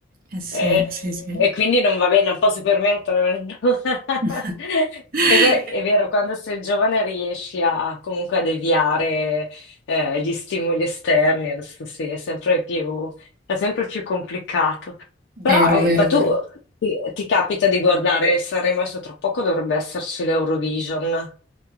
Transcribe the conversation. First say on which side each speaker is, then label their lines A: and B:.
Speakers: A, on the right; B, on the left.
A: eh sì,
B: E,
A: sì, sì.
B: e quindi non va bene, non posso permettermelo. <laughs>
A: <laughs>
B: E poi è vero, quando sei giovane riesci a comunque a deviare eh, gli stimoli esterni, adesso sì, è sempre più, è sempre più complicato. Però,
A: Vero,
B: eh,
A: vero,
B: ma tu
A: vero.
B: ti, ti capita di guardare Sanremo adesso tra poco dovrebbe esserci l'Eurovision.